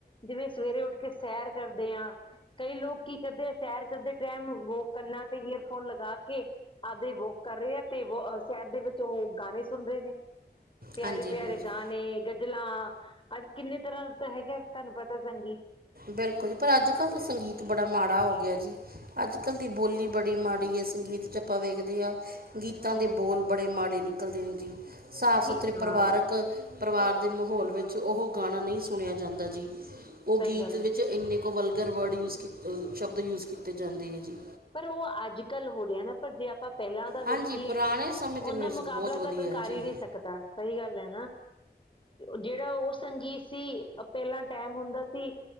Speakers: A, on the left; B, on the right.
A: ਜਿਵੇਂ ਸਵੇਰੇ ਉੱਠ ਕੇ ਸੈਰ ਕਰਦੇ ਹਾਂ ਕਈ ਲੋਕ ਕੀ ਕਰਦੇ ਆ ਸੈਰ ਕਰਦੇ ਟੈਮ ਵੋਕ ਕਰਨਾ ਈਅਰਫੋਨ ਲਗਾ ਕੇ ਅੱਧੇ ਵਾਲਕ ਕਰ ਰਹੇ ਆ ਤੇ ਸੈਰ ਦੇ ਵਿੱਚ ਉਹ ਗਾਣੇ ਸੁਣ ਰਹੇ ਨੇ। ਪਿਆਰੇ-ਪਿਆਰੇ
B: ਹਾਂਜੀ ਹਾਂਜੀ
A: ਗਾਣੇ ਗਜ਼ਲਾਂ ਅੱਜ ਕਿੰਨੇ ਤਰ੍ਹਾਂ ਤਾਂ ਹੈਗਾ ਤਾਨੂੰ ਪਤਾ ਸੰਗੀਤ।
B: ਬਿਲਕੁਲ ਜੀ ਪਰ ਅੱਜ ਕੱਲ੍ਹ ਤਾਂ ਸੰਗੀਤ ਬੜਾ ਮਾੜਾ ਹੋ ਗਿਆ ਜੀ ਅੱਜ ਕੱਲ੍ਹ ਦੀ ਬੋਲੀ ਬੜੀ ਮਾੜੀ ਹੈ ਸੰਗੀਤ ਚ। ਆਪਾਂ ਵੇਖਦੇ ਹਾਂ ਗੀਤਾਂ
A: ਹਮ
B: ਦੇ
A: ਹਮ
B: ਬੋਲ ਬੜੇ ਮਾੜੇ ਨਿਕਲਦੇ ਨੇ ਜੀ ਸਾਫ਼
A: ਜੀ
B: ਸੁਥਰੇ
A: ਹਾਂ
B: ਪਰਿਵਾਰਕ ਪਰਿਵਾਰ ਦੇ ਮਾਹੌਲ ਵਿੱਚ ਉਹ ਗਾਣਾ ਨਹੀਂ ਸੁਣਿਆ ਜਾਂਦਾ ਜੀ ਉਹ
A: ਸਹੀ
B: ਗੀਤ
A: ਗੱਲ ਹੈ
B: 'ਚ ਇੰਨੇ ਕੁ ਵਲਗਰ ਵਰਡ ਯੂਜ ਕੀ ਸ਼ਬਦ ਯੂਜ ਕੀਤੇ ਜਾਂਦੇ ਹੈ ਜੀ।
A: ਪਰ ਉਹ ਅੱਜ-ਕੱਲ੍ਹ ਹੋ ਰਿਹਾ ਨਾ, ਪਰ ਜੇ ਆਪਾਂ ਪਹਿਲਾਂ ਦਾ ਵੇਖੀਏ
B: ਹਾਂਜੀ ਪੁਰਾਣੇ ਸਮੇਂ ਤੇ
A: ਉਂਦਾ ਮੁਕਾਬਲਾ
B: ਬਹੁਤ ਵਧੀਆ
A: ਤਾਂ ਕੋਈ
B: ਹੈ
A: ਕਰ
B: ਜੀ
A: ਹੀ ਨਹੀਂ ਸਕਦਾ। ਸਹੀ ਗੱਲ ਹੈ ਨਾ ਜਿਹੜਾ ਉਸ ਸੰਗੀਤ ਸੀ ਪਹਿਲਾਂ ਟੈਮ ਹੁੰਦਾ ਸੀ